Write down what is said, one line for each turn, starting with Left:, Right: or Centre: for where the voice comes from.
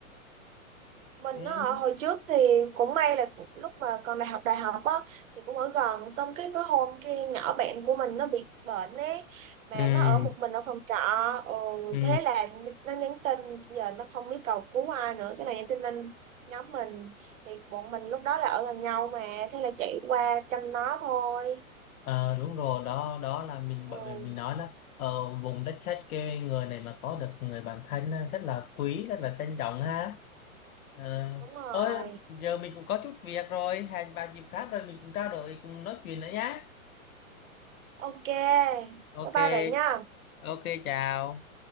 Right: mình
Left: ừ.
Right: á hồi trước thì cũng may là cũng- lúc mà còn đại học đại học á thì cũng ở gần xong cái cái hôm kia nhỏ bạn của mình nó bị bệnh ấy mà
Left: Ừ.
Right: nó ở một mình ở phòng trọ ừ,
Left: Ừ.
Right: thế là nó nhắn tin giờ nó không biết cầu cứu ai nữa cái này nhắn tin lên nhóm mình thì bọn mình lúc đó là ở gần nhau mà thế là chạy qua chăm nó thôi
Left: À, đúng rồi đó đó là mình
Right: ừ,
Left: bởi vì mình nói là ờ, vùng đất khách quê người này mà có được người bạn thân á, rất là quý rất là trân trọng ha Ờ,
Right: đúng rồi
Left: thôi giờ mình cũng có chút việc rồi hẹn vào dịp khác rồi mình cũng trao đổi cùng nói chuyện nữa nhé
Right: ok
Left: ok
Right: bye bye bạn nha
Left: ok chào